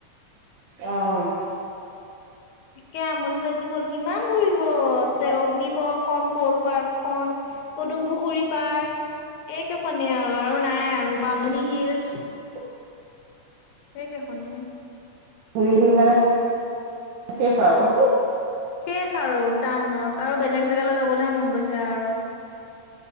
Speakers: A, on the right; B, on the left.
A: অ'
B: একে আমনি লাগি গ'ল। কিমান ঘুৰিব তে অগ্নিগড় খন ক'ল পাৰ্কখনন। পদুম পুখুৰী পাৰ্ক এইকেইখনেই আৰু আৰু নাই আৰু বামুণী হিলচ।
A: <inaudible>
B: সেই কেইখনে।
A: ঘূৰি ঘুৰি মানে শেষ আৰু।
B: শেষ আৰু টাউনত আৰু বেলেগ জেগালৈ যাবলৈ হে মন গৈছে আৰু।